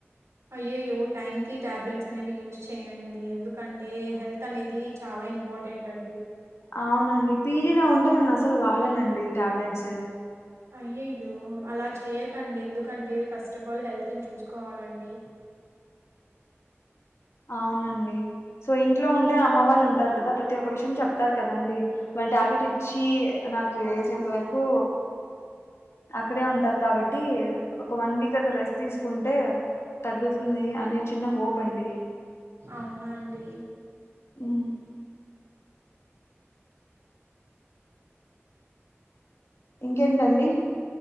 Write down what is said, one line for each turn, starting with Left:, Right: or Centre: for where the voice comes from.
Right: అయ్యోయో టైం కి టాబ్లెట్స్ అనేవి యూస్ చెయ్యండి ఎందుకంటే అంటే హెల్త్ అనేది చాలా ఇంపార్టెంట్ అండి
Left: అవునండి పీజీలో ఉంటే నేను అసలు వాడనండి ట్యాబ్లెట్స్
Right: అయ్యయ్యో అలా చేయకండి ఎందుకంటే ఫస్ట్ ఆఫ్ ఆల్ హెల్తను చూసుకోవాలండి
Left: అవునండి సో ఇంట్లో ఉంటే అమ్మ వాళ్ళు ఉంటారు కదా ప్రతి ఒక్క విషయం చెప్తారు కదండి వాళ్ళు టాబ్లెట్ ఇచ్చి నాకు వేసేంత వరకు అక్కడే ఉంటారు కాబట్టి ఒక వన్ వీక్ అట్లా రెస్ట్ తీసుకుంటే తగ్గుతుంది అని చిన్న హోప్ అండి.
Right: అవునా అండి.
Left: ఉమ్ ఇంకేంటండి.